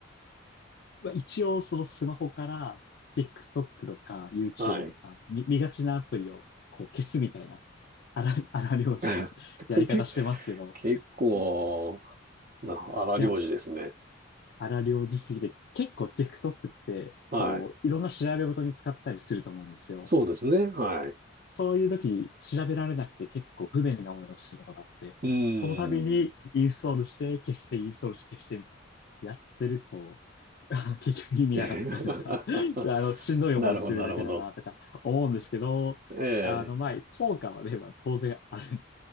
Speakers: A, on the left; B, on the right.
A: まあ、一応そのスマホから TikTok とか YouTube
B: はい。
A: とか見、見がちなアプリをこう消すみたいな荒、荒療治な
B: <laughs>
A: <laughs> やり方してますけど、
B: それけ結構な荒療治ですね。
A: いや、荒療治すぎて結構 TikTok ってこういろんな調べ事に使ったりすると思うんですよ。
B: はい。そうですね。はい。
A: そういう時調べられなくて結構不便な思いをすることがあって、
B: うーん。
A: その度にインストールして消してインストールして消してみたいな。やってると、<laughs> あの結局意味なかったりとか、
B: <laughs>
A: <laughs> あの、しんどい思いするだけだなとか思うんですけど、
B: なるほど、なるほど。ええ。
A: あの、まあ、効果はね、まあ、当然ある